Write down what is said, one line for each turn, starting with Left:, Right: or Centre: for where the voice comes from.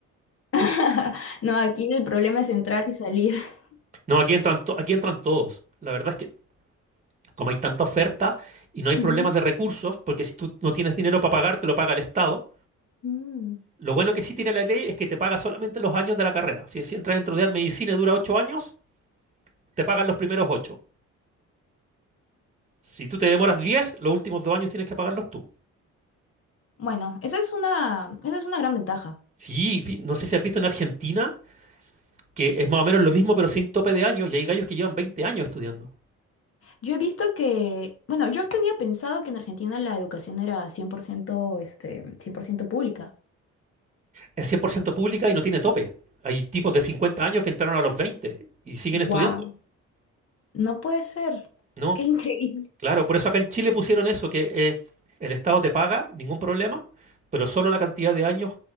Left: <laughs> No, aquí el problema es entrar y salir. <laughs>
Right: No, aquí entran, to- aquí entran todos. La verdad es que como hay tanta oferta y no hay
Left: Ujú.
Right: problemas de recursos, porque si tú no tienes dinero para pagar, te lo paga el Estado.
Left: Mm.
Right: Lo bueno que sí tiene la ley es que te paga solamente los años de la carrera. Si, si entras dentro de medicina y dura ocho años, te pagan los primeros ocho. Si tú te demoras 10, los últimos dos años tienes que pagarlos tú.
Left: Bueno, eso es una, esa es una gran ventaja.
Right: Sí, fi- no sé si has visto en Argentina, que es más o menos lo mismo, pero sin tope de años, y hay gallos que llevan 20 años estudiando.
Left: Yo he visto que, bueno, yo tenía pensado que en Argentina la educación era 100%, este, 100% pública.
Right: es 100% pública y no tiene tope. Hay tipos de 50 años que entraron a los 20 y siguen
Left: Wow,
Right: estudiando.
Left: no puede ser.
Right: No,
Left: Qué increíble.
Right: claro, por eso acá en Chile pusieron eso, que eh, el Estado te paga, ningún problema, pero solo la cantidad de años